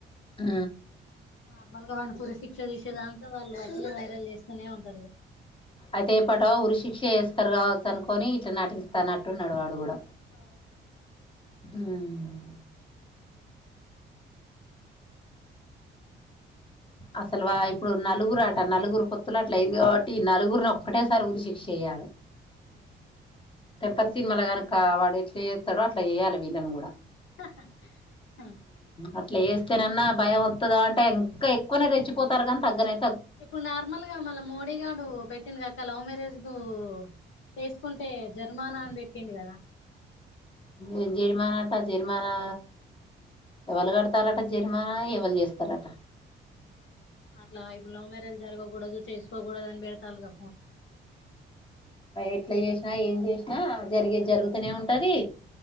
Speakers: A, on the left; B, on the left.
A: ఊ
B: నార్మల్ గా వానికి ఉరి శిక్ష తీసేదాక వాళ్ళు అట్లె వైరల్ చేస్తూనే ఉంటారు ఇక
A: అయితే ఇప్పుటొ ఉరి శిక్ష వస్తారు కావచ్చు అనుకొని ఇట్లా నటిస్తానట్టు నడివాడు కూడా
B: అవును
A: ఉమ్ అసలు వా ఇప్పుడు నలుగురు అంట నలుగురు పొత్తుల అట్లా అయింది కాబట్టి నలుగురిని ఒక్కటేసారి ఊరి శిక్ష వెయ్యాలి
B: అవును
A: టెంపర్ సినిమా లో గానుక వాడు ఎట్లా చేత్తాడొ అట్లా చేయాలి వీళ్ళని కూడా
B: హహ
A: అట్లా చేస్తేనన్నా భయం వత్తాదా అంటే ఇంకా ఇంకా రెచ్చిపోతారు కానీ తగ్గరె
B: ఇప్పుడు నార్మల్ గా మళ్ళ మోడీ గాడు పెట్టిండు కదా అక్క లవ్ మ్యారేజ్ కు చేసుకుంటే జర్మానా అని పెట్టిడు కదా
A: ఏం జరిమానాట జరిమానా ఎవలు కడతారట జరిమానా ఎవలు చేస్తారట
B: అట్లా ఇప్పుడు లవ్ మ్యారేజ్ జరగకూడదు చేసుకోకూడదు అని పెడతారు ఇగ
A: ఎట్లా చేసినా ఏం చేసినా జరిగేది జరుగుతూనే ఉంటది